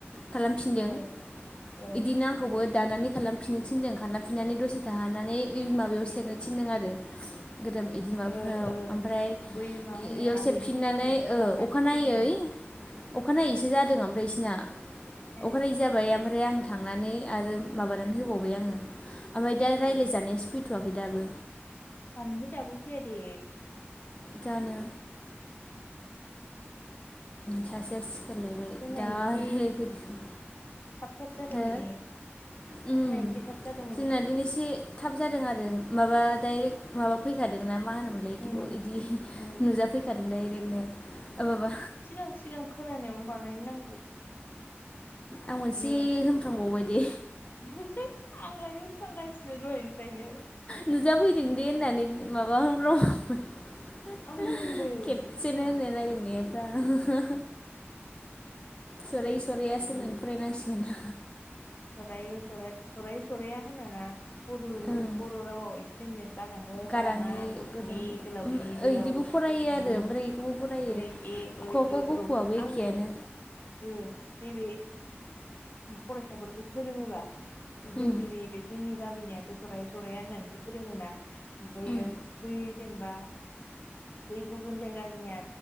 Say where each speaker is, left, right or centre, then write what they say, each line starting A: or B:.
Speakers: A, on the left (about 25°); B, on the left (about 45°).
A: खालामफिनदों
B: ओ ओ
A: एदिनो आंखौबो दानानै खालामफिननो थिनदों खालामफिननानै दसे थाहाबनानै ओइ माबायाव सेरनो थिनदों आरो गोदान एदि माबाफोराव
B: ओ ओ
A: ओमफ्राय
B: बै मा होनो
A: इयाव
B: आगैनिखौबो
A: सेरफिननानै
B: आं इदि खालामनानैसो
A: अखानायै
B: फैदों आं
A: अखानायैसो जादों ओमफ्राय एसिना
B: ए
A: अखानायै जाबाय ओमफ्राय ओमफ्राय आं थांनानै आरो माबानानै होबावबाय आङो ओमफ्राय दा रायलाय
B: ओ
A: जानायासो फैदों होथ'वाखै दाबो
B: मानो दाबो फैया दे
A: जानो सासेया सिखारलायबाय
B: जोंना
A: दा
B: एसे
A: रायलाय फैफिन
B: थाब थाब जादोंमोन
A: हो
B: ने
A: उम
B: जोंना एसे थाब जादों
A: जोंना दिन एसे थाब जादों आरो माबा डाइरेक्ट माबा फैखादों ना मा होनोमोन एदिखौ
B: उम
A: एदि
B: उम
A: नुजाफैखादों दायरेकनो ओ माबा
B: सिगांखौ खोनानायावनो बानायनो नांगौ
A: आं मोनसे
B: ने
A: होनफ्रांबावबायदे
B: <unintelligible> आंलाय होनफ्लांगासिनो दहायनिफ्रायनो
A: नुजाफैदों दे होननानै माबा <unintelligible> <unintelligible>
B: आंबो होनदों
A: खेबसेनो होनलायलायगोन बे दा सरायो सरायासो होननानै फरायनांसिगोन <unintelligible>
B: सरायो सराय सरायो सराया होनाना बर'नि
A: ओं
B: बर' रावाव इदसो होनो
A: गाराङि
B: गारांअ गाराआ गुसुंइ
A: गोलोम
B: गोलावइ गोलावबो
A: इदिबो फरायो
B: गुसुङो
A: आरो ओमफ्राय इखौबो फरायो
B: ऋ ए ओइ
A: ख ख
B: ओ
A: ग
B: औ
A: खआबो एखेयानो
B: आङो ओ नैबे फरायसाफोरखौ फोरोङोबा जोंनि
A: उम
B: नैबे जोंनि गामिनियाथ' सरायो सराया होननानैसो फोरोङोना ओमफ्रायो
A: उम
B: बै जेनेबा बै गुबुन जायगानिया